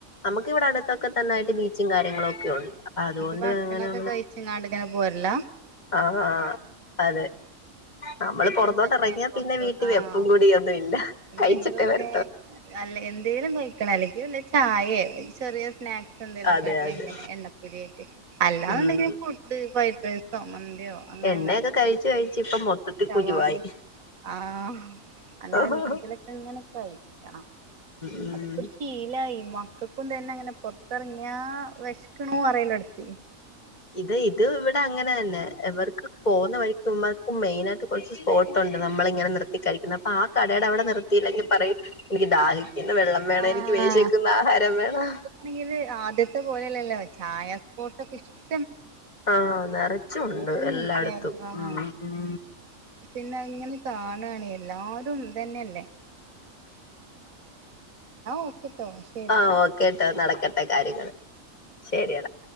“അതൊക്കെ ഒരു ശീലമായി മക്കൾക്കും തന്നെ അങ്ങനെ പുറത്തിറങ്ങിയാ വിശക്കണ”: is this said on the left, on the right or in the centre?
Right